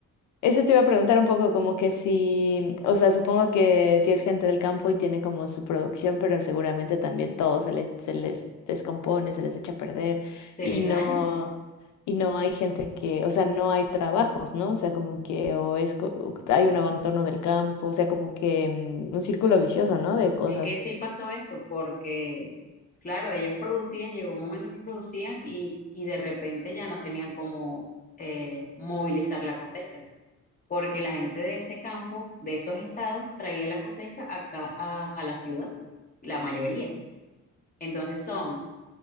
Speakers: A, on the left; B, on the left.
A: eso te iba a preguntar un poco como que si, o sea, supongo que si es gente del campo y tiene como su producción, pero seguramente también todo se le- se les descompone, se les echa a perder
B: Se
A: y
B: les
A: no,
B: daña
A: y no hay gente que, o sea, no hay trabajos, ¿no? O sea, como que o es, co- o hay un abandono del campo, o sea, como que mm, un círculo vicioso, ¿no? De cosas.
B: Es que sí pasó eso, porque, claro, ellos producían, llegó un momento que producían y, y de repente ya no tenían cómo eh, movilizar la cosecha, porque la gente de ese campo, de esos estados, traía la cosecha acá a, a la ciudad, la mayoría. Entonces son,